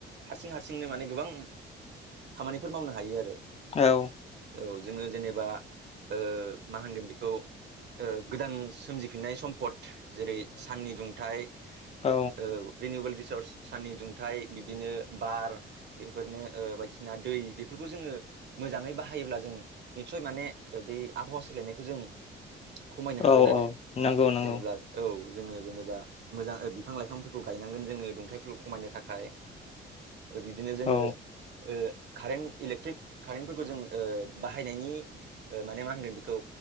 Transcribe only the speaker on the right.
हारसिं हारसिंनो माने ओ गोबां खामानिफोर मावनो हायो आरो।
औ जोङो जेनेबा ओ मा होनगोन बि खौ ओ गोदान सोमजिफिननाय सम्पद जेरै साननि दुंथाय
ओ <unintelligible> <unintelligible> साननि दुंथाय बिब्दिनो बार बेफोरनो ओ बायदिसिना दै बेफोरखौ जोङो मोजाङै बाहायोब्ला जों निसय माने बै आबहावा सोलायनायखौ जों खमायनो हागोन
आरो
जेनेबा औ जोङो जेनेबा मोजां बिफां लाइफांफोरखौ गायनांगोन जोङो दुंथाइफोरखौ खमायनो थाखाय। बिदिनो जोङो
ओ कारेन्ट इलेक्ट्रिक कारेन्टफोरखौ जों ओ बाहायनायनि माने ओ मा होनगोन बेखौ